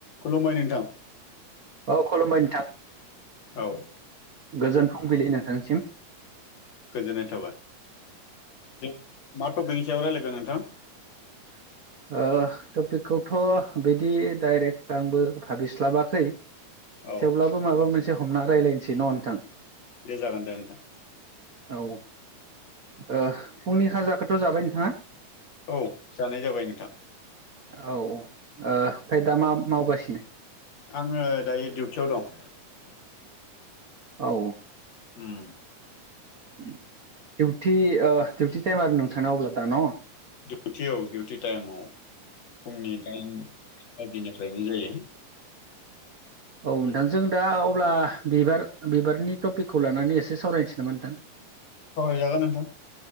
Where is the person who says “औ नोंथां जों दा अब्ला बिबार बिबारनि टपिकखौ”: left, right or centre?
Right